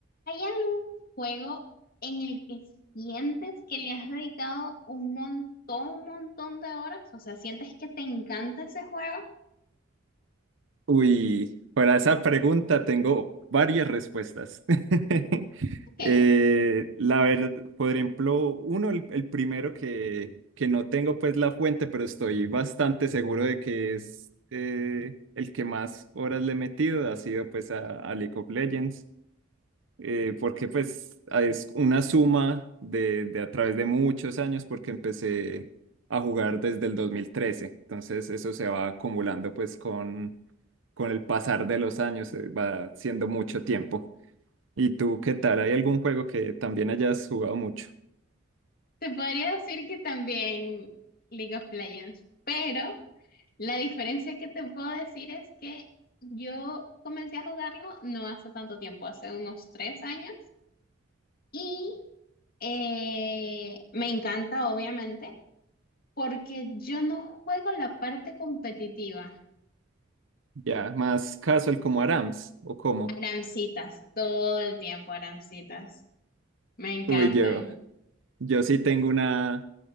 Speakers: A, on the left (about 45°); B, on the right (about 65°).
A: ¿Hay algún juego en el que sientes que le has dedicado un montón, un montón de horas? O sea, ¿sientes que te encanta ese juego?
B: Uy, para esa pregunta tengo varias respuestas. <laughs>
A: Ok,
B: Eh, la verdad, por ejemplo, uno, el, el primero que, que no tengo pues la fuente, pero estoy bastante seguro de que es eh, el que más horas le he metido, ha sido pues a, a League of Legends, eh, porque pues es una suma de, de a través de muchos años, porque empecé a jugar desde el dos mil trece, entonces eso se va acumulando pues con con el pasar de los años, eh, va siendo mucho tiempo. ¿Y tú qué tal? ¿Hay algún juego que también hayas jugado mucho?
A: te podría decir que también League of Legends, pero la diferencia que te puedo decir es que yo comencé a jugarlo no hace tanto tiempo, hace unos tres años, y eh, me encanta, obviamente, porque yo no juego la parte competitiva.
B: Ya, más casual como Arams o como.
A: Aramcitas, todo el tiempo aramcitas. Me encantan.
B: Uy, yo, yo sí tengo una,